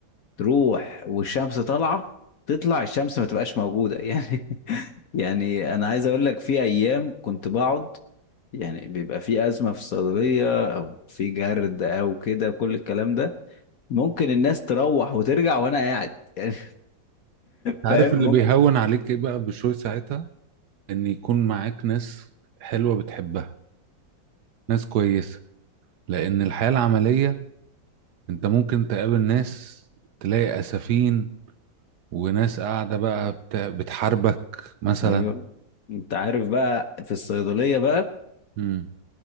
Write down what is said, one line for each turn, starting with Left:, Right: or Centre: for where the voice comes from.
Left: تروح والشمس طالعه تطلع الشمس ما تبقاش موجوده <laughs> يعني يعني انا عايز اقول لك في ايام كنت بقعد يعني بيبقى في أزمة في الصيدلية أو في جرد أو كده كل الكلام ده ممكن الناس تروح وترجع وأنا قاعد <laughs> يعني
Right: أنت عارف
Left: فاهم
Right: اللي
Left: ممكن
Right: بيهون عليك ايه بقى بشوي ساعتها ان يكون معاك ناس حلوة بتحبها ناس كويسة لان الحياة العملية انت ممكن تقابل ناس تلاقي اسفين وناس قاعدة بقى بت- بتحاربك مثلا
Left: أيوه أنت عارف بقى في الصيدلية بقى
Right: امم